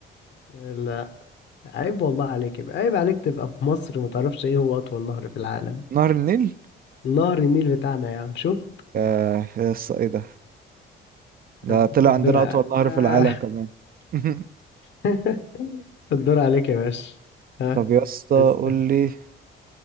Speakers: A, on the left; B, on the right.
A: لا عيب والله عليك يبقى عيب عليك تبقى في مصر ما تعرفش ايه هو أطول نهر في العالم
B: نهر النيل
A: نهر النيل بتاعنا يا عم شفت
B: آه يا اسطى ايه ده
A: <laughs>
B: ده
A: الدور
B: طلع عندنا
A: ع-
B: أطول نهر
A: آه.
B: في العالم كمان <laughs>
A: <laughs> الدور عليك يا باشا ها
B: طب يا اسطى
A: اسأل
B: قول لي